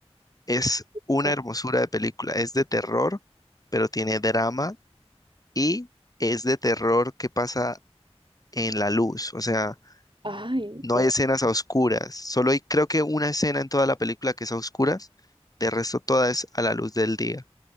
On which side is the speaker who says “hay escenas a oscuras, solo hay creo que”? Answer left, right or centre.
Left